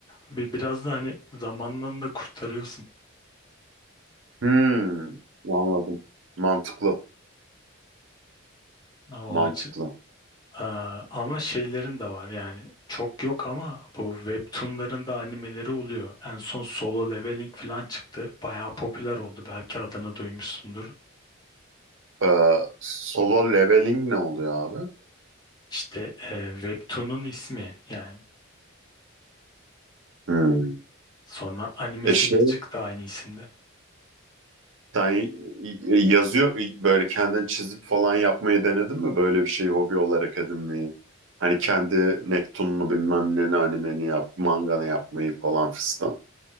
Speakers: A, on the left (about 20°); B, on the right (about 65°).
A: Bir, biraz da hani zamandan da kurtarıyorsun
B: Hmm, anladım. Mantıklı.
A: O
B: Mantıklı.
A: açı Aa, ama şeylerin de var yani çok yok ama bu webtoonların da animeleri oluyor. En son Solo Leveling falan çıktı. Bayağı popüler oldu. Belki adını duymuşsundur.
B: Ee, solo leveling ne oluyor abi?
A: İşte e, webtoon'un ismi yani.
B: Hmm.
A: Sonra animesi
B: E şey
A: de çıktı aynı isimde.
B: Sen yazıyor böyle kendin çizip falan yapmayı denedin mi? Böyle bir şeyi hobi olarak edinmeyi. Hani kendi Nektun'unu bilmem ne animeni yap, manganı yapmayı falan fistan.